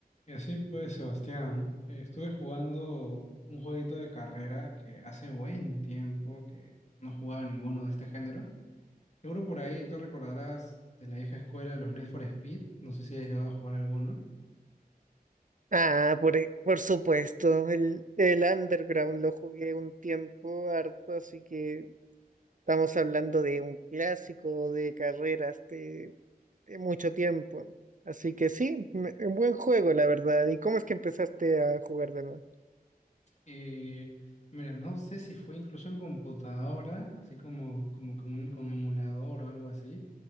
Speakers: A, on the left (about 45°); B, on the right (about 55°).
A: Y así pues, Sebastián, eh, estuve jugando un jueguito de carrera que hace buen tiempo que no jugaba ninguno de este género. Seguro por ahí tú recordarás de la vieja escuela de los Need for Speed, no sé si has llegado a jugar alguno.
B: Ah, por, e- por supuesto, el, el Underground lo jugué un tiempo harto, así que estamos hablando de un clásico de carreras de, de mucho tiempo. Así que sí, me- un buen juego, la verdad. ¿Y cómo es que empezaste a jugar de nuevo?
A: Eh, mira, no sé si fue incluso en computadora, así como, como con, un- con emulador o algo así,